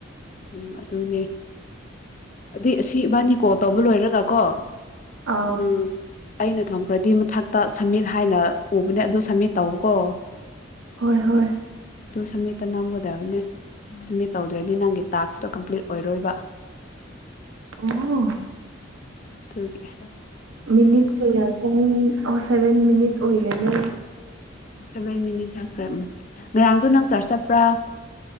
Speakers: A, on the left; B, on the right.
A: ꯎꯝ ꯑꯗꯨꯅꯦ ꯑꯗꯨꯏ ꯑꯁꯤ ꯏꯕꯥꯅꯤ ꯀꯣꯜ ꯇꯧꯕ ꯂꯣꯏꯔꯒ ꯀꯣ
B: ꯑ
A: ꯎꯝ ꯑꯩꯅ ꯊꯝꯈ꯭ꯔꯗꯤ ꯃꯊꯛꯇ ꯁꯝꯃꯤꯠ ꯍꯥꯏꯅ ꯎꯕꯅꯦ ꯑꯗꯨ ꯁꯝꯃꯤꯠ ꯇꯧꯔꯨꯀꯣ
B: ꯍꯣꯏ ꯍꯣꯏ
A: ꯁꯥꯃꯤꯠꯇ ꯅꯝꯒꯗꯔꯅꯤ ꯁꯝꯃꯤꯠ ꯇꯧꯗ꯭ꯔꯗꯤ ꯅꯪꯒꯤ ꯇꯥꯛꯁꯇꯣ ꯀꯝꯄ꯭ꯂꯤꯠ ꯑꯣꯏꯔꯣꯏꯕ
B: ꯑꯣ
A: ꯇꯧꯒꯦ
B: ꯃꯤꯅꯤꯠ ꯀꯌꯥ ꯆꯪꯅꯤ <unintelligible> ꯁꯚꯦꯟ ꯃꯤꯅꯤꯠ ꯑꯣꯏꯔꯅꯤ
A: ꯁꯦꯕꯦꯟ ꯃꯤꯅꯤꯠ ꯈ꯭ꯔꯦ ꯎꯝ ꯉꯔꯥꯡꯗꯣ ꯅꯪ ꯆꯔꯁ ꯆꯠꯄ꯭ꯔꯥ